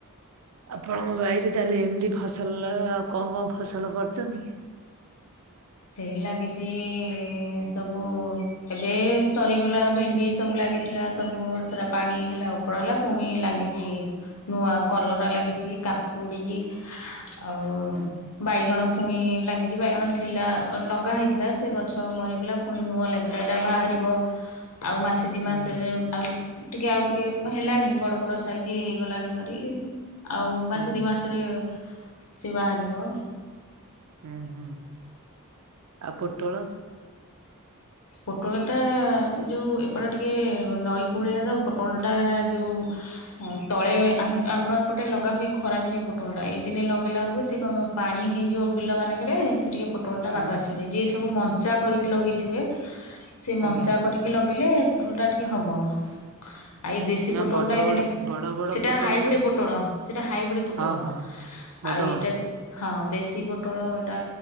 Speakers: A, on the right; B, on the left.
A: ଆପଣଙ୍କ ବାଇରେ ତାହେଲେ ଏମିତି ଫସଲ ଆଉ କଣ କଣ ଫସଲ କରୁଛନ୍ତି?
B: ସେଇ ଲାଗିଛି ଇଁ ସବୁ ଏବେ ସରିଗଲା ଭେଣ୍ଡି ସବୁ ଲାଗିଥିଲା ସବୁ ପୁରା ପାଣି ହେଲା ଉ ଓପଡା ହେଲା ପୁଣି ଲାଗିଛି ନୂଆ କଲରା, ଲାଗିଛି କାକୁଡି। ଆଉ
A: ହୁଁ
B: ବାଇଗଣ ପୁଣି ଲାଗିଛି ବାଇଗଣ ଥିଲା। ଲଗା ହେଇଥିଲା ସେ ଗଛ ମରିଗଲା ପୁଣି ନୂଆଁ ଲାଗିଲାଇଟା ବାହାରିବ ଆଉ ମାସ ତିନି
A: ହୁଁ
B: ମାସରେ ଆଉ ଟିକେ ଆଉ ଟିକେ ହେଲାଣି ବଡ ବଡ ସାଇଜ ହେଇଗଲାଣି ଭାରି। ଆଉ ମାସେ
A: ହୁଁ
B: ଦିଇ ମାସରେ ସେ ବାହାରିବ।
A: ହୁଁ ହୁଁ, ଆଉ ପୋଟଳ?
B: ପୋଟଳଟା ଯୋଉ ଏପଟେ ଟିକେ ନଈ କୂଳିଆ ତ ପୋଟଳଟା ହେରା ଯୋଉ ହ ତଳେ ଆମେ ଆମର ଏପଟେ ଲଗା ହୁଏ ଖରାଦିନେ ପୋଟଳଟା ଏଇ ଦିନେ ଲଗେଇଲା ବେଳକୁ ସେ କ ପାଣି ହେଇଯିବ ବିଲ ମାନଙ୍କରେ ସେ ଟିକିେ ପୋଟଲଟା
A: ହୁଁ
B: ବାଗ ଆସିବନି ଯିଏ ସବୁ ମଞ୍ଚା କରିକି ଲଗେଇଥିବେ ସେ ମଞ୍ଚା
A: ଆଜ୍ଞା
B: କରିକି ଲଗେଇଲେ ପୋଟଳ ଟା ଟିକେ ହବ। ଆ ଏଇ ଦେଶୀ
A: ମ୍ୟାମ୍
B: ପୋଟଳ
A: ବଡ
B: ଟା ଏଇଦିନେ
A: ବଡ ବଡ ବଡ
B: ସେଟା
A: ପୋଟଳ
B: ହାଇବ୍ରିଡ
A: ହୁଏ
B: ପୋଟଳ ସେଟା ହାଇବ୍ରିଡ ପୋଟଳ।
A: ହଁ ହଁ। ବଡ
B: ଆଉ
A: ବଡ
B: ଏଇଟା ହଁ ଦେଶୀ ପୋଟଳ ଏଇଟା